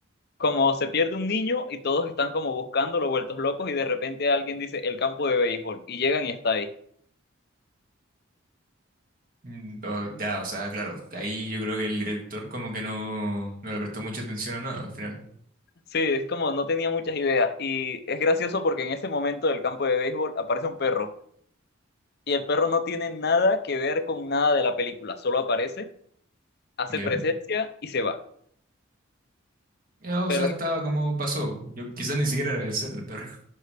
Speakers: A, on the left; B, on the right.
A: como se pierde un niño y todos están como buscándolo, vueltos locos, y de repente alguien dice el campo de béisbol y llegan y está ahí.
B: Mm, o- ya, o sea, claro, ahí yo creo que el director como que no, no le prestó mucha atención a nada al final.
A: Sí, es como no tenía muchas ideas. Y es gracioso porque en ese momento del campo de béisbol aparece un perro. Y el perro no tiene nada que ver con nada de la película. Solo aparece, hace
B: ¿Ya?
A: presencia y se va.
B: Ya, o
A: Pero
B: sea, estaba como pasó. Yo quizás ni siquiera era el set del perro.